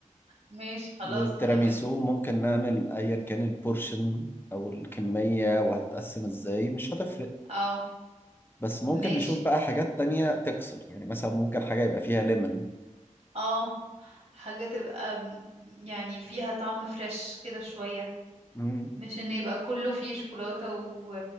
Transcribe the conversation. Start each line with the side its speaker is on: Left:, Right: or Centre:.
Right: ماشي خلاص
Left: والتيراميسو
Right: هنعملها
Left: ممكن نعمل ايا كان البورشن او الكمية وهتتقسم ازاي مش هتفرق
Right: اه
Left: بس ممكن
Right: ماشي
Left: نشوف بقى حاجات تانية تكسر يعني مثلا ممكن حاجة يبقى فيها ليمون
Right: اه حاجة تبقى م- يعني فيها طعم فريش كده شوية
Left: مم.
Right: مش ان يبقى كله فيه شوكولاتة و...